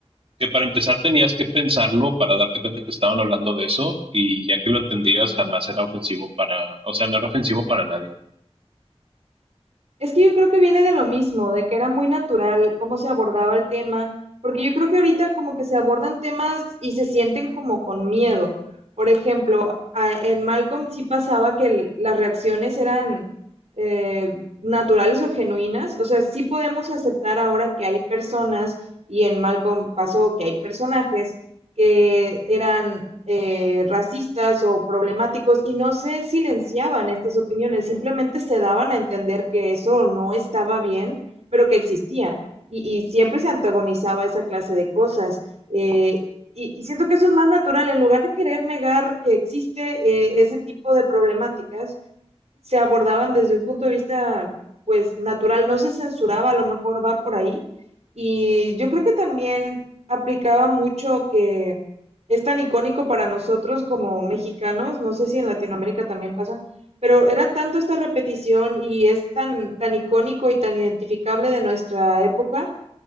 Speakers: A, on the right; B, on the right.
A: que para empezar tenías que pensarlo para darte cuenta que estaban hablando de eso y ya que lo entendías jamás era ofensivo para, o sea, no era ofensivo para nadie.
B: Es que yo creo que viene de lo mismo, de que era muy natural cómo se abordaba el tema, porque yo creo que ahorita como que se abordan temas y se sienten como con miedo. Por ejemplo, a- en Malcolm sí pasaba que el- las reacciones eran eh, naturales o genuinas, o sea, sí podemos aceptar ahora que hay personas, y en Malcolm pasó que hay personajes que eran eh, racistas o problemáticos y no se silenciaban estas opiniones, simplemente se daban a entender que eso no estaba bien, pero que existía. Y, y siempre se antagonizaba esa clase de cosas. Eh, y, y, siento que eso es más natural, en lugar de querer negar que existe eh, ese tipo de problemáticas, se abordaban desde un punto de vista, pues, natural, no se censuraba, a lo mejor va por ahí. Y yo creo que también aplicaba mucho que es tan icónico para nosotros como mexicanos, no sé si en Latinoamérica también pasa, pero era tanto esta repetición y es tan, tan icónico y tan identificable de nuestra época